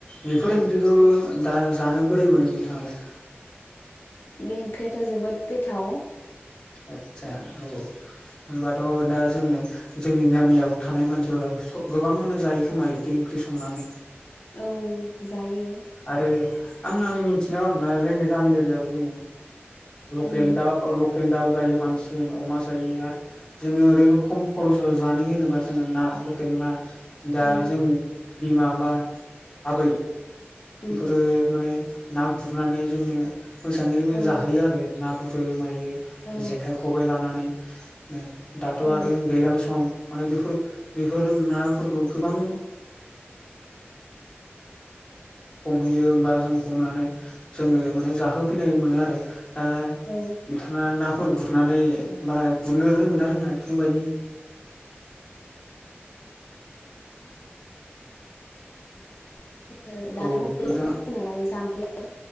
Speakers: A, on the left (about 20°); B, on the left (about 60°).
A: बे <unintelligible> दा जानो बोरै मोनो बिथाङालाय?
B: बे ओंख्रियाथ' जोबोद गोथाव।
A: आतसा औ होमबाथ' दा जोङो जोंनि गामियाव थानाय मानसिफोरा स गोबाङानो जायो खोमा बिदि ओंख्रि संनानै।
B: औ जायो।
A: आरो आं आं मिनथिनायाव आरोना जोंनि गामि एरियायाव जोङो लकेल
B: उम
A: दा औ लक केल दाउ जायो बांसिन अमा जायो आरो जोङो ओरैनो खम खरसाव जानो होनोबा जोङो ना। लकेल ना दा
B: औ
A: जोंनि बिमा बा आबै बेफोरो
B: उम
A: माने ना गुरनानै जोंनो मोजाङै मो
B: औ
A: जाहोयो आरो ना गुरो मायो
B: औ
A: जेखाइ खबाइ लानानै नै दाथ'
B: औ
A: आरो दैलां सम। माने बेफोर बेफोर नाफोरखौ गोबां हमहैयो होमबा जों हमनानै जोंनो माने जाहोफैनाय मोनो आरो। दा
B: औ
A: बिथाङा ना फोर गुरनानै बा गुरनो रोंगोन ना रोङा बेफोरबायदि?
B: <inaudible> दाथ'
A: औ
B: दै
A: बिथां
B: दं नालाय जाम्फैयाव।